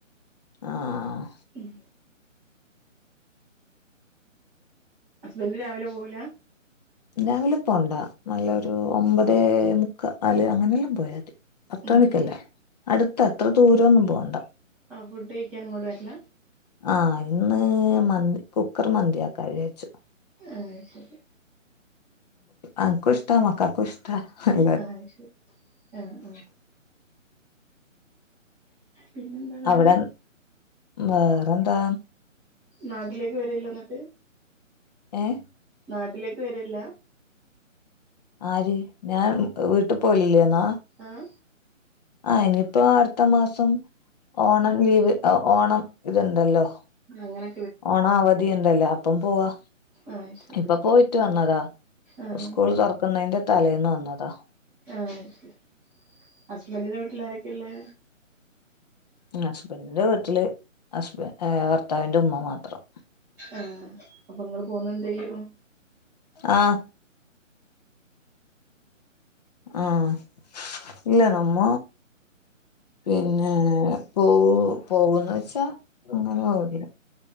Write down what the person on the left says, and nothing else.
ആഹ്
രാവിലെ പോവണ്ടാ നല്ലൊരു ഒമ്പത് മുക്കാല് അങ്ങനെല്ലാം പോയാതി പത്തുമണിക്കല്ലേ
അടുത്ത അത്ര ദൂരൊന്നും പോവണ്ട.
ആഹ് ഇന്ന് മന്തി കുക്കർമന്തിയാക്ക വിചാരിച്ചു
അൻകു ഇഷ്ട്ടാ മക്കക്കു ഇഷ് ടർഫൻ
അവിടെ വേറെന്താ
ഏഹ്
ആര് ഞാൻ വീട്ടിപോവിയില്ലേന്നാ
ആ ഇനിയിപ്പം അടുത്തമാസം ഓണംലീവ് ഓണം ഇത് ഒണ്ടല്ലോ
ഓണ അവധി ഒണ്ടല്ലേ അപ്പംപ്പോവാ
ഇപ്പൊപോയിട്ട് വന്നതാ
സ്കൂള് തൊറക്കുന്നതിന്റെ തലേന്ന് വന്നതാ
ഹസ്ബന്റിന്റെവീട്ടില് ഹസ്ബ ഭർത്താവിന്റെ ഉമ്മ മാത്രം
ആഹ് ആഹ് ഇല്ല നമ്മ പിന്നെ പോ പോകുന്നുവെച്ചാ അങ്ങനെ അവധിയാ